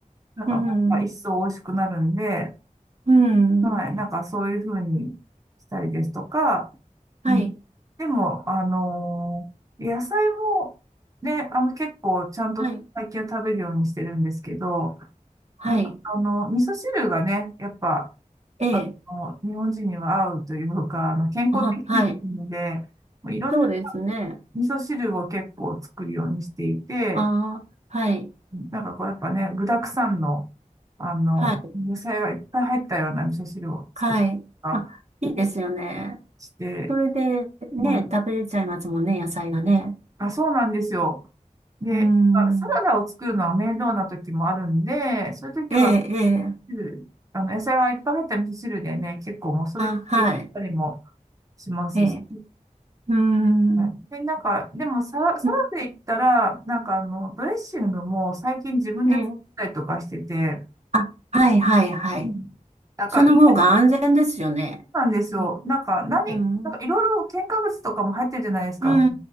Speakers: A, on the right; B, on the right.
A: なんかまた一層美味しくなるんで、
B: あ、うん。うん。
A: はい、なんかそういう風にしたりですとか、
B: はい。
A: うんでも、あのー野菜もね、あの結構ちゃんと最近は食べるようにしてるんですけど、
B: はい。はい。
A: まあ、あの、味噌汁がね、やっぱ、
B: ええ
A: あの、日本人には合うというか、あの、健康的にもいいので、
B: あ、はい。
A: もういろんな
B: そうですね。
A: 味噌汁を結構作るようにしていて、
B: ああはい。
A: なんかこうやっぱね、具沢山の、あの、
B: はい。
A: 野菜がいっぱい入ったような味噌汁を作ったり
B: はい。あ、いいですよね。
A: して、
B: それで、ね、
A: はい。
B: 食べれちゃいますもんね、野菜がね。
A: あ、そうなんですよ。で、
B: うーん。
A: だからサラダを作るのは面倒な時もあるんで、そういう時は、
B: ええ、ええ。
A: 汁あの、野菜がいっぱい入った味噌汁でね、結構もうそれで出てきたりも
B: あ、はい。
A: しますし、
B: ええ。うーん。
A: はいで、なんか、でもサラ、サラダで言ったら、
B: うん
A: なんかあの、ドレッシングも最近自分で作ったりとかしてて、
B: ええ。あ、はい、はい、はい。
A: うん。なんか意外
B: その方が安全ですよね。
A: なんですよ。
B: うん。
A: なんか何、
B: うん。
A: なんかいろいろ添加物とかも入ってるじゃないですか。
B: うー